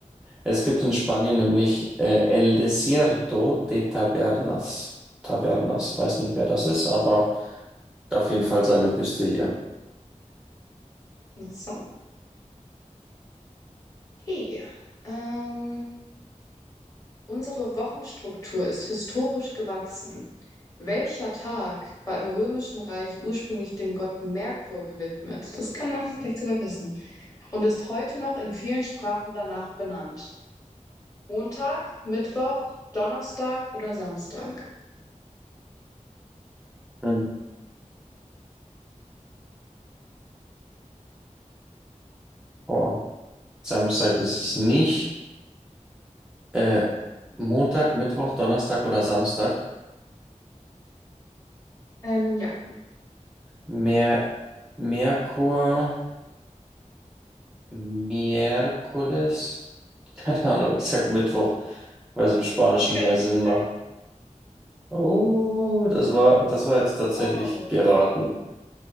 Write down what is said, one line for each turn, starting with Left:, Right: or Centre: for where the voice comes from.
Centre: es gibt in Spanien nämlich äh, El Desierto de Tabernas. Tabernas, weiß nicht, wer das ist, aber auf jeden Fall seine Wüste hier.
Left: Interessant. Okay. Ähm, unsere Wochenstruktur ist historisch gewachsen. Welcher Tag war im Römischen Reich ursprünglich dem Gott Merkur gewidmet? Das kann man vielleicht sogar wissen. Und ist heute noch in vielen Sprachen danach benannt. Montag, Mittwoch, Donnerstag oder Samstag?
Centre: Mhm. Oh, Samstag ist es nicht. Äh, Montag, Mittwoch, Donnerstag oder Samstag?
Left: Ähm, ja,
Centre: Mer Merkur. Miércoles? <laughs> Keine Ahnung, ich sag Mittwoch, weil es im Spanischen
Left: Wieder
Centre: mehr Sinn
Left: richtig.
Centre: macht. Oh, das war, das war jetzt tatsächlich
Left: Oh,
Centre: geraten.